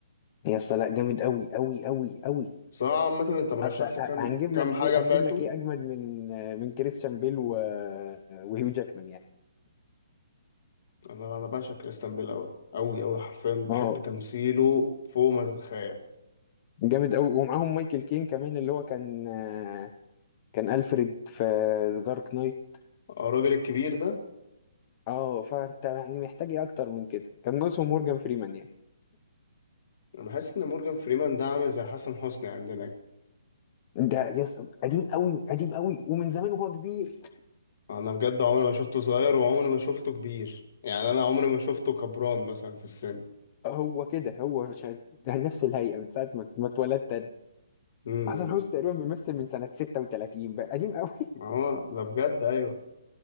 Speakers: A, on the left (about 30°); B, on the left (about 55°).
A: يا اسطى لا جامد قوي قوي قوي قوي
B: بس أنا عامة أنت مرشح
A: اصل ه-
B: لي كام
A: هنجيب
B: كام
A: لك
B: حاجة
A: ايه
B: فاتوا
A: هنجيب لك ايه اجمد من آه، من كريستيان بيل و... آه، وهيو جاكمان يعني
B: أنا أنا بعشق كريستيان بيل قوي قوي قوي حرفيا بحب
A: اه
B: تمثيله فوق ما تتخيل
A: جامد قوي ومعاهم مايكل كين كمان اللي هو كان آه، كان الفريد في ذا دارك نايت
B: آه، الراجل الكبير ده
A: اه فانت يعني محتاج ايه اكتر من كده كان ناقصهم مورجان فريمان يعني
B: أنا بحس إن مورجان فريمان ده عامل زي حسن حسني عندنا
A: ده يا اسطى قديم قوي قديم قوي ومن زمان وهو كبير
B: انا بجد عمري ما شفته صغير وعمري ما شفته كبير يعني انا عمري ما شفته كبران مثلا في السن
A: هو كده هو ش- ده نفس الهيئة من ساعة ما ما اتولدت أنا
B: امم
A: حسن
B: إمم.
A: حسني تقريبا بيمثل من سنة 36 بقى قديم قوي
B: ما هو ده بجد ايوه